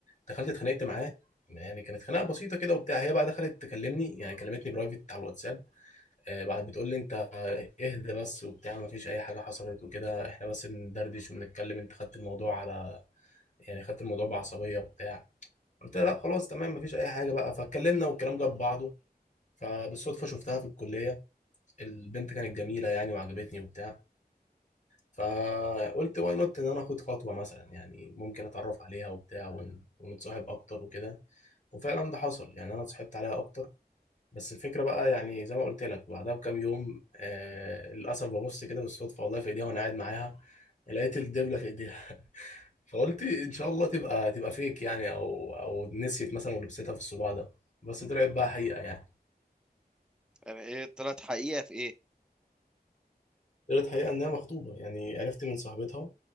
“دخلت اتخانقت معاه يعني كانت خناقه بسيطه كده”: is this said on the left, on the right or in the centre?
Left